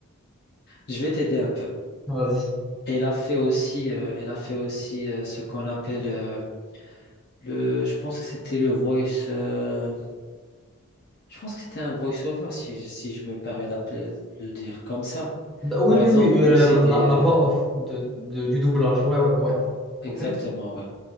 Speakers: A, on the left; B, in the centre.
A: Je vais t'aider un peu.
B: Vas-y.
A: Elle a fait aussi, euh, elle a fait aussi euh, ce qu'on appelle euh, le, je pense que c'était le voice, euh, je pense que c'était un voice-over si, je- si je me permets d'appeler, de le dire comme ça.
B: Bah oui,
A: Par
B: oui,
A: exemple,
B: oui,
A: où
B: euh,
A: c'est
B: la, la-
A: des, euh,
B: la voix off de, de- du doublage. Ouais, ouais, ouais.
A: Exactement,
B: Ok,
A: ouais.